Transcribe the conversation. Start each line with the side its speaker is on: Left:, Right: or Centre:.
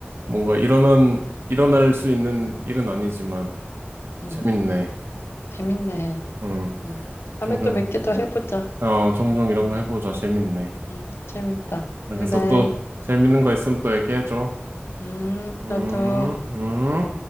Right: 뭔가 일어난, 일어날 수 있는 일은 아니지만,
Left: 음,
Right: 재밌네.
Left: 재밌네.
Right: 음,
Left: 음. 다음에
Right: 종종,
Left: 또 몇 개 더 해보자.
Right: 어, 종종 이런
Left: 음,
Right: 거 해보자. 재밌네.
Left: 음, 재밌다.
Right: 아,
Left: 그래.
Right: 그래서 또, 재밌는 거 있으면 또 얘기해줘.
Left: 음,
Right: 음,
Left: 너도.
Right: 음.